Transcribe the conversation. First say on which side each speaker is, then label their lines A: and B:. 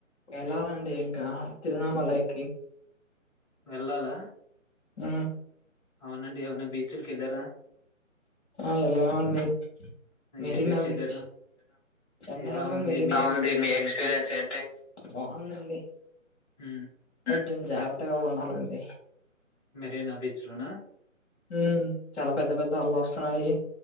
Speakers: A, on the left; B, on the left.
A: ఎళ్ళాలండి ఇంకా తిరునమలకి
B: వెళ్ళాలా
A: ఉ
B: అవునండి ఏమనా బీచ్లకి యాళ్ళారా
A: ఆ ఎలా అండి మెరినా
B: ఏ
A: బీచ్
B: వెళ్ళారు
A: చెన్నైలో
B: ఎలా ఉంది
A: మెరీనా
B: మీ ఎక్స్‌పీరియన్స్
A: ఉంది మీ ఎక్స్పీరియన్స్
B: ఏంటి?
A: ఏంటి బాగుందండి
B: హూ
A: కొంచెం జాగ్రత్తగా కూడా ఉండాలండి
B: మెరీనా బీచ్ లోనా
A: ఉ చాలా పెద్ద పెద్ద అలలు వస్తున్నాయి